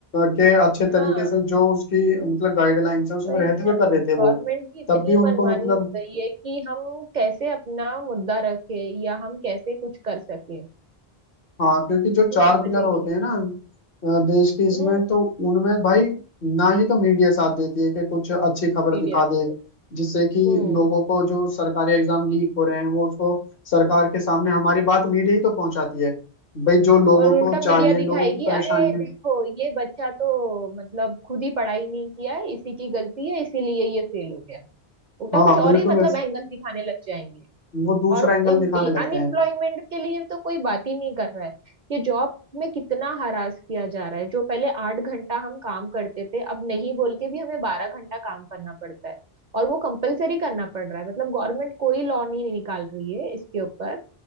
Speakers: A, on the left; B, on the right.
A: के अच्छे
B: हाँ
A: तरीके से जो उसकी मतलब गाइडलाइंस है उसमें
B: वही
A: रहते हुए
B: ना
A: कर रहे थे
B: गवर्नमेंट
A: वो
B: की इतनी
A: तब भी उनको
B: मनमानी
A: मतलब
B: हो गई है कि हम कैसे अपना मुद्दा रखे या हम कैसे कुछ कर सके
A: हाँ क्योंकि जो
B: कुछ
A: चार
B: समझ
A: पिलर
B: ही
A: होते
B: नहीं
A: हैं ना अ, देश की इसमें
B: आता हम्म
A: तो उनमें भाई ना ही तो मीडिया साथ देती है कि कुछ अच्छी खबर
B: मीडिया
A: दिखा
B: का
A: दे जिससे
B: हम्म
A: कि लोगों को जो सरकारी एग्जाम लीक हो रहे हैं वो उसको सरकार के सामने हमारी बात मीडिया ही तो पहुंचाती है भाई जो लोगों
B: और
A: को
B: उल्टा
A: चाहिए
B: मीडिया दिखाएगी
A: लोगों की परेशानियां
B: अरे देखो ये बच्चा तो मतलब खुद ही पढ़ाई नहीं किया है इसी की गलती है इसीलिए ये फेल हो गया उल्टा
A: हाँ
B: कुछ और
A: बिल्कुल
B: ही मतलब
A: इस-
B: एंगल दिखाने लग जाएंगे
A: वो दूसरा
B: और
A: एंगल
B: अनएम्प्लॉयमेंट
A: दिखाने लगते हैं
B: के लिए तो कोई बात ही नहीं कर रहा है ये जॉब में कितना हरास किया जा रहा है जो पहले आठ घंटा हम काम करते थे अब नहीं बोल के भी हमें बारह घंटा काम करना पड़ता है और वो कंपलसरी करना पड़ रहा है मतलब गवर्नमेंट कोई लॉ नहीं निकाल रही है इसके ऊपर